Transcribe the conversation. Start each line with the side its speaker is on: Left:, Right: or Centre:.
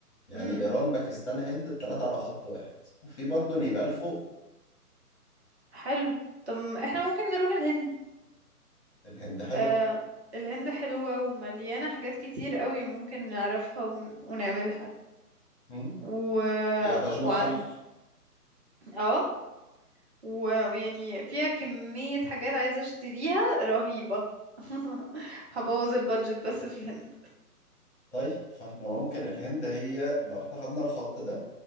Left: يعني
Right: امم
Left: ايران باكستان هند الثلاثه على خط واحد وفي برضه نيبال فوق
Right: حلو طب احنا ممكن نروح الهند
Left: الهند حلوه
Right: آه الهند حلوة ومليانة حاجات كتير قوي ممكن نعرفها ون... ونعملها
Left: مم.
Right: و...
Left: فيها تاج
Right: وعن
Left: محل
Right: اه ويعني فيها كمية حاجات عايزة اشتريها رهيبة <laughs> هبوظ البادجت بس في الهند
Left: طيب فاحنا ممكن الهند هي لو احنا خدنا الخط ده